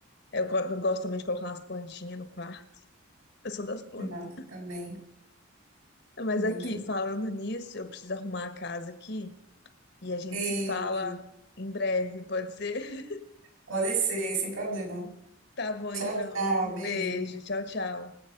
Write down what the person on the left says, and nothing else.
Eu, co- eu gosto também de colocar umas plantinhas no quarto. Eu sou das plantas.
Mas
aqui, falando nisso, eu preciso arrumar a casa aqui e a gente
se fala em breve, pode ser? <laughs>
Tá bom,
então.
Um
beijo. Tchau, tchau.